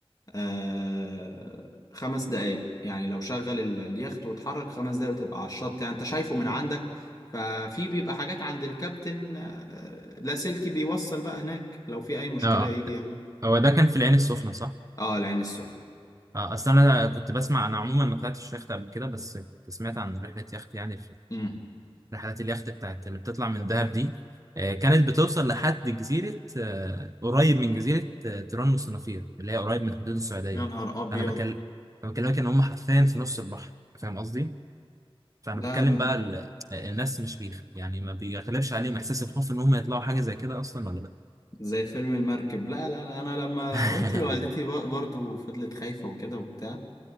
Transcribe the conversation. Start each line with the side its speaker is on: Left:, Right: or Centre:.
Left: آه خمس دقايق يعني لو شغل ال- اليخت واتحرك خمس دقايق وتبقى على الشط يعني انت شايفه من عندك ففي بيبقى حاجات عند الكابتن آه لاسلكي بيوصل بقى هناك لو في اي مشكلة
Right: اه
Left: يجي ياخده
Right: هو ده كان في العين السخنه صح
Left: اه العين السخنة
Right: آه، اصل انا كنت بسمع انا عموما ما طلعتش يخت قبل كده بس كنت سمعت عن رحله يخت يعني
Left: امم
Right: رحلات اليخت بتاعت اللي بتطلع من دهب دي آه، كانت بتوصل لحد جزيرة آه، قريب من جزيرة آه، تيران والصنافير اللي هي قريب من حدود السعودية
Left: يا نهار ابيض
Right: فأنا بكلم بكلمك إن هم حرفيا في نص البحر فاهم قصدي؟ فأنا
Left: لا
Right: بتكلم
Left: لا
Right: بقى
Left: لا
Right: ال... آه، الناس مش بيخ... يعني ما بيغلبش عليهم إحساس الخوف إن هم يطلعوا حاجة زي كده أصلا ولا لأ؟
Left: زي فيلم المركب لا لا لا انا لما
Right: <laughs>
Left: قلت لوالدتي ب- برضو فضلت خايفة وكده وبتاع